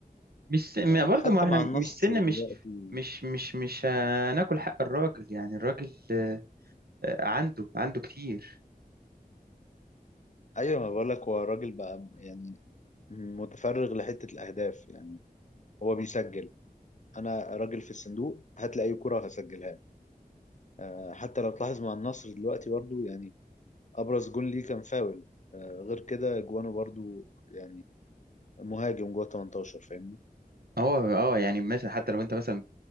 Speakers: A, on the right (about 80°); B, on the left (about 50°).
A: مش س-
B: آه،
A: برضه
B: حتى
A: ما إحنا
B: مع النصر
A: مش سن
B: دلوقتي
A: مش مش مش مش هناكل حق الراجل يعني الراجل آه، آه، عنده عنده كتير
B: ايوه ما بقول لك هو الراجل بقى م- يعني متفرغ لحتة الاهداف يعني هو بيسجل انا راجل في الصندوق هات لي اي كرة هسجلها آه، حتى لو تلاحظ مع النصر دلوقتي برضو يعني ابرز جون ليه كان فاول آه، غير كده جوانه برضو يعني مهاجم جوه 18 فاهمني
A: هو اه يعني مثلا حتى لو انت مثلا